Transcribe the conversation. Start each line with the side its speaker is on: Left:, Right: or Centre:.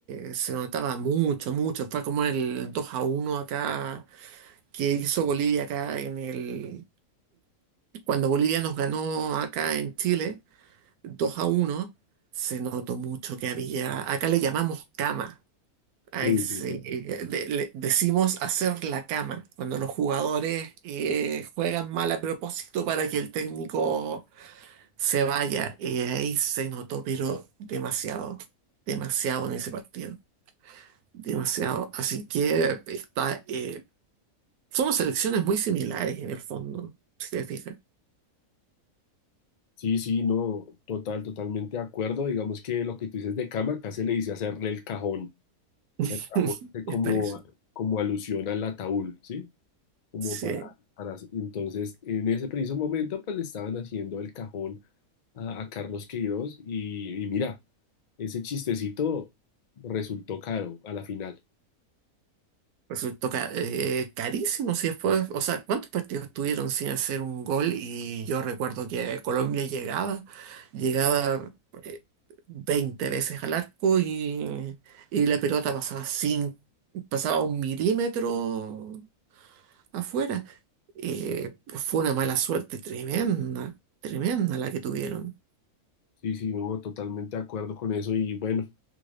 Right: eh, se notaba mucho, mucho, fue como el 2 a uno acá que hizo Bolivia acá en el, cuando Bolivia nos ganó acá en Chile dos a uno se notó mucho que había, acá le llamamos cama, a
Left: Sí,
Right: ese,
Left: sí, sí.
Right: eh, de- le- decimos hacer la cama, cuando los jugadores eh, juegan mal a propósito para que el técnico se vaya, eh, ahí se notó, pero demasiado, demasiado en ese partido, demasiado. Así que está, eh, somos selecciones muy similares en el fondo, si te fijas,
Left: Sí, sí, no, total, totalmente de acuerdo. Digamos que lo que tú dices de cama, acá se le dice hacerle el cajón.
Right: <laughs>
Left: El cajón hace
Right: es
Left: como,
Right: parecido.
Left: como alusión al ataúd, ¿sí? Como
Right: Sí.
Left: para, para... Entonces, en ese preciso momento, pues le estaban haciendo el cajón a, a Carlos Queiroz y, y mira, ese chistecito resultó caro a la final.
Right: Resultó ca- eh, carísimo si después, o sea, ¿cuántos partidos tuvieron sin hacer un gol? Y yo recuerdo que Colombia llegaba, llegaba eh, 20 veces al arco y, y la pelota pasaba sin, pasaba un milímetro afuera. Eh, fue una mala suerte tremenda, tremenda la que tuvieron.
Left: Sí, sí, no, totalmente de acuerdo con eso. Y bueno,